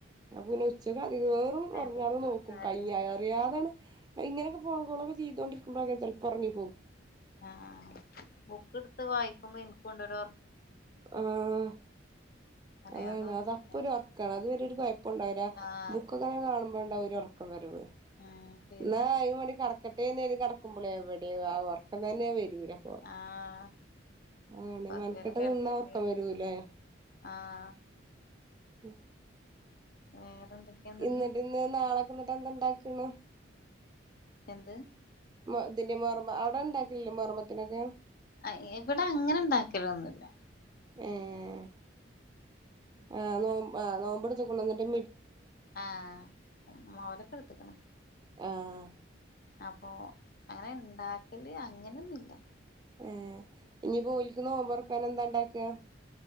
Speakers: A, on the right (about 20°); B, on the left (about 50°).
A: അപ്പപിന്നെ ഉച്ചക്ക് അധികേറും ഒറങ്ങാതെ
B: ബുക്ക്
A: നോക്കും
B: എടുത്താല്
A: കയ്യാ
B: എനിക്ക് ബുക്കിൽ
A: അറിയാതേണ് ഇങ്ങനെയൊക്കെ ഫോൺ കോൾ <unintelligible> ചെയ്തൊണ്ടിരിക്കുമ്പഴൊക്കെ ചെൽപ്പോ ഒറങ്ങി
B: ആഹ് ബുക്ക് ഇട്ത്ത് വായിക്കുമ്പോ ഇൻക്കുണ്ടൊരൊ
A: ആഹ്
B: അറിയാതെ
A: അതാണ്.
B: ഉറക്കം
A: അത് അപ്പൊ
B: വരും
A: ഒരു ഒറക്കാണ്. അത് വരെ ഒരു കൊഴപ്പുണ്ടാവുല
B: ആഹ്
A: ബുക്കൊക്കെ കാണുമ്പോണ്ടാവും ഒരു ഒറ ക്കം വരവ്.
B: ഉം ശരിയാണ്
A: ഇന്നാ അയ്‌നും വാണ്ടി കട ക്കട്ടെന്ന് കരുതി കടക്കുമ്പളെ എവിടെ ആ ഉറക്കം തന്നെ വരുല്ലപോ
B: ആഹ്
A: ആണെ
B: കൊറച്ചേരം
A: മെനക്കട്ട്
B: കിടക്കട്ടെന്ന്
A: നിന്നാ ഒർക്കം വരൂ ലേ
B: ആഹ്
A: ഉമ്
B: <unintelligible> എന്നിട്ട്
A: ഇന്നട്ട് ഇന്ന് നാളക്കെന്നിട്ട് എന്തിണ്ടാക്ണ്
B: എന്ത്
A: ഇതിന്റെ മുഹർമ്മ അവിടെ ഉണ്ടാക്കലില്ലെ മുഹറം പത്തിനൊക്കെ
B: അ ഇവിടെ അങ്ങനെ ഇണ്ടാകലൊന്നുല്ല
A: ഏഹ് ആ നോ നോമ്പ് എടുത്ക്ണൊന്നിട്ട്
B: ആഹ് മോനൊക്ക ഇട്ത്ത്ക്ണ്
A: ആഹ്
B: അപ്പൊ അങ്ങനെ ഇണ്ടാക്കല് അങ്ങനൊന്നുല്ല
A: ഏഹ് ഇനിപ്പോ ഓല്ക്ക് നോമ്പ് തൊറക്കാന് എന്താ ഉണ്ടാക്കാ